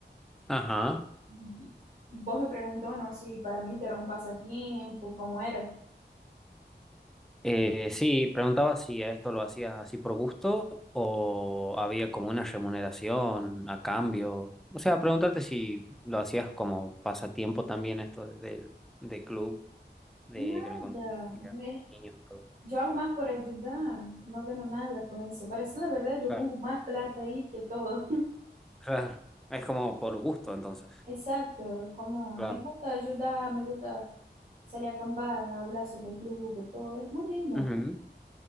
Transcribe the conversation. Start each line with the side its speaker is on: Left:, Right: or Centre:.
Centre: ajá.
Right: Y Vos me preguntó, ¿no? Si para mí esto era un pasatiempo, ¿cómo era?
Centre: Eh, sí, preguntaba si a esto lo hacías así por gusto o había como una remuneración a cambio. O sea, preguntarte si lo hacías como pasatiempo también esto de- del de club, de
Right: Nada.
Centre: que me contaste,
Right: eh,
Centre: que y todo.
Right: Yo hago más por ayudar, no gano nada con eso. Para decir la verdad, yo
Centre: Claro.
Right: pongo más plata ahí que todo.
Centre: Claro. Es como por gusto entonces.
Right: <laughs> Exacto, como
Centre: Claro.
Right: me gusta ayudar, me gusta salir a acampar, hablar sobre el club y todo, es muy lindo.
Centre: Ujú.